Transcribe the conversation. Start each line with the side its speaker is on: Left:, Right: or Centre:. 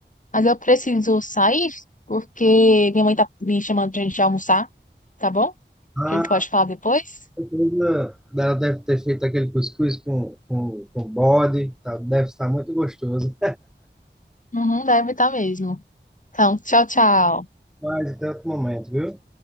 Left: mas eu preciso sair porque minha mãe tá me chamando pra gente almoçar, tá bom?
Centre: ah,
Left: A gente pode falar depois?
Centre: certeza ela deve ter feito aquele cuscuz com, com, com bode, tá? Deve estar muito gostoso.
Left: Uhum, deve estar mesmo. Então, tchau, tchau.
Centre: Mas até outro momento, viu?